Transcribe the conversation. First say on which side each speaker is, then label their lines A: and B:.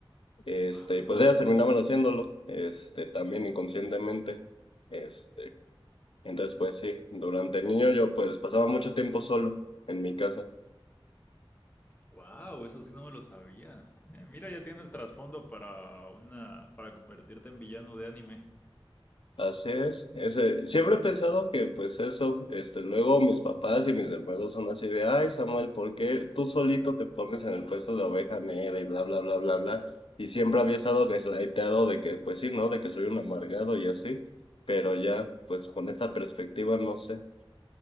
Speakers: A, on the left (about 70°); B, on the left (about 20°).
A: Este,
B: wow,
A: y pues ellas terminaban haciéndolo, este, también inconscientemente. Este, entonces pues sí, durante el niño yo pues pasaba mucho tiempo solo en mi casa.
B: wow, eso sí no me lo sabía. Eh, mira, ya tienes trasfondo para una, para convertirte en villano de anime.
A: Así es, ese- siempre he pensado que pues eso, este, luego mis papás y mis hermanos son así de, ay Samuel, ¿por qué tú solito te pones en el puesto de oveja negra y bla, bla, bla, bla, bla? Y siempre había estado gaslightado de que, pues sí, ¿no? De que soy un amargado y así, pero ya, pues con esta perspectiva, no sé.